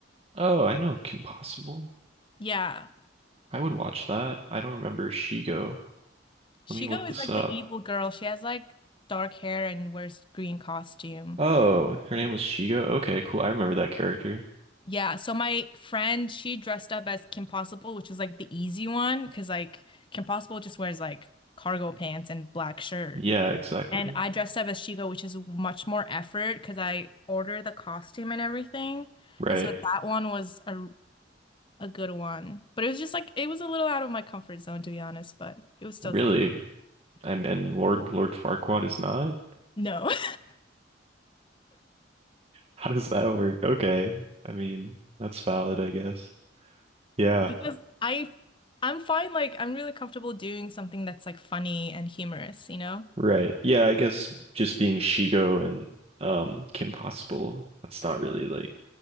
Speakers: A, on the right; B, on the left.
A: Oh, I know Kim Possible.
B: Yeah,
A: I would watch that. I don't remember Shigo.
B: Shigo
A: Let me look this
B: is like
A: up.
B: the evil girl. She has like dark hair and wears green costume.
A: Oh, her name was Shigo. Okay, cool. I remember that character.
B: Yeah, so my friend, she dressed up as Kim Possible, which was like the easy one, because like Kim Possible just wears like cargo pants and black shirt.
A: Yeah, exactly.
B: And I dressed up as Shigo, which is much more effort because I ordered the costume and everything.
A: Right.
B: And so that one was a a good one. But it was just like it was a little out of my comfort zone to be honest, but it was still
A: Really?
B: fun.
A: I'm and Lord Lord Farquaad is not?
B: No. <laughs>
A: How does that work? Okay. I mean, that's valid, I guess. Yeah.
B: Because I I'm fine like I'm really comfortable doing something that's like funny and humorous, you know?
A: Right. Yeah, I guess just being Shigo and um Kim Possible, that's not really like